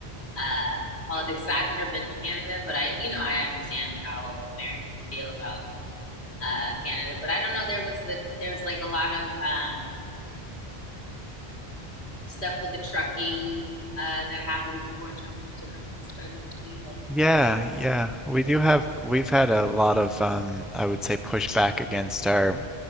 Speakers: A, on the left (about 85°); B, in the centre.
A: uh, politics. So I've never been to Canada, but I, you know, I understand how Americans feel about uh, Canada. But I don't know. There was the there's like a lot of um, stuff with the trucking uh, that happened before Trump took his presidency. Like,
B: Yeah.
A: the, um,
B: Yeah. We do have. We've had a lot of, um, I would say, pushback against our